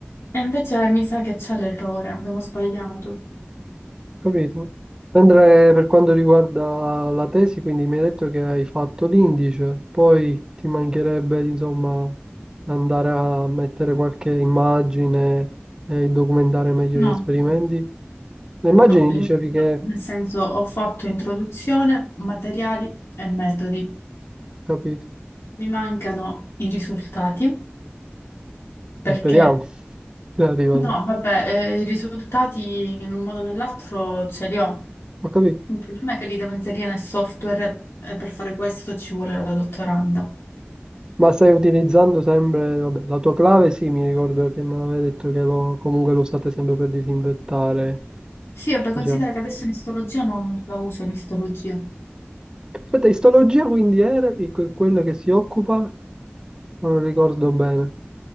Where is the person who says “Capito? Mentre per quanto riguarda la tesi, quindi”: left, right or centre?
Right